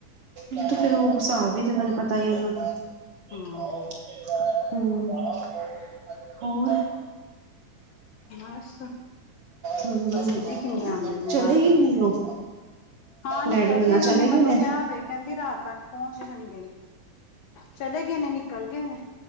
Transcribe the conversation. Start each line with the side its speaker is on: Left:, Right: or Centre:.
Right: ਇੱਕ ਤੋਂ ਫੇਰ ਉਹ ਹਿਸਾਬ ਵੀ, ਤੇ ਤੈਨੂੰ ਪਤਾ ਹੀ ਉਹਨਾਂ ਦਾ। ਨਿਰਭੋ
Left: ਹਾਂ
Right: ਨਿਰਵੈਰ ਅਕਾਲ ਮੂਰਤ ਅਜੂਨੀ ਸਹਿ ਭੰਗ। ਹੂੰ! ਹੋਰ?
Left: ਬਸ,
Right: ਹੂੰ
Left: ਪਸੀਨੇ ਕਿੰਨੇ ਆਉਂਦੇ ਨੇ,
Right: ਚਲੇ
Left: ਦਾਲ
Right: ਗਏ
Left: ਧਰਦੇ
Right: ਨੇ
Left: ਹੋਏ।
Right: ਉਹ
Left: ਹਾਂ, ਨਿਕਲ
Right: ਡੈਡੀ ਹੋਣਾ
Left: ਗੇ ਨਾ,
Right: ਚਲੇ
Left: ਉਹਨੇ
Right: ਗਏ
Left: ਮੈਨੂੰ
Right: ਨੇ
Left: ਕਿਆ ਵੇ, ਕਹਿੰਦੀ ਰਾਤ ਤੱਕ ਪਹੁੰਚ ਜਾਣਗੇ। ਚਲੇ ਗੇ ਨੇ, ਨਿਕਲ ਗਏ ਨੇ।